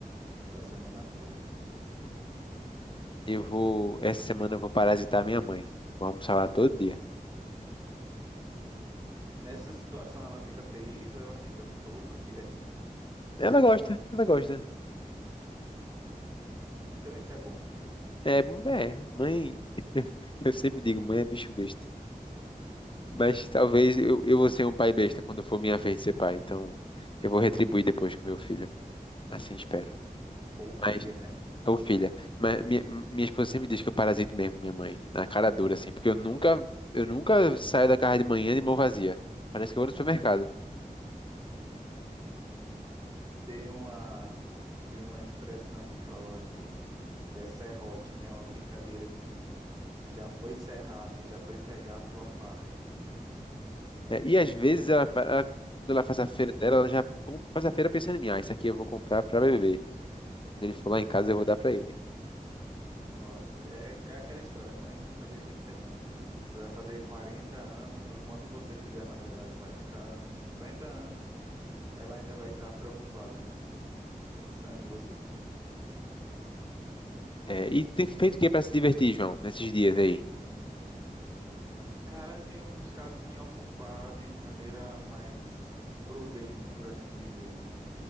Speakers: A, on the right; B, on the left.
A: para a semana toda.
B: Eu vou. Essa semana eu vou parasitar minha mãe. Vou almoçar lá todo dia.
A: Nessa situação, ela fica feliz ou ela fica todo dia aqui?
B: Ela gosta, ela gosta.
A: Então, isso é bom.
B: É, é, mãe. Eu sempre digo, mãe é bicho besta. Mas talvez eu, eu vou ser um pai besta quando for minha vez de ser pai. Então eu vou retribuir depois com meu filho. Assim espero.
A: Ou filha,
B: Mas,
A: né?
B: ô filha, mas minha, minha esposa sempre diz que eu parasito mesmo minha mãe. Na cara dura, assim. Porque eu nunca, eu nunca saio da casa de manhã de mão vazia. Parece que eu vou no supermercado.
A: Tem uma, tem uma expressão que falam aqui. que é serrote, né? Uma brincadeira de tipo, se já foi serrar, né? Já foi pegar a tua parte.
B: É, e às vezes ela, fa- ela- quando ela faz a feira dela, ela já com- faz a feira pensando em mim, ah, isso aqui eu vou comprar para beber. Quando ele for lá em casa, eu vou dar para ele.
A: Nossa, é, é aquela história, mãe nunca deixa de ser mãe, né? Você vai fazer 40 anos, ou quando você fizer, na verdade, 40 anos, 50 anos, ela ainda vai estar preocupada, pensando em você.
B: É, e tem feito o que para se divertir, João, nesses dias aí?
A: Cara, tenho buscado me ocupar de maneira mais prudente, por assim dizer.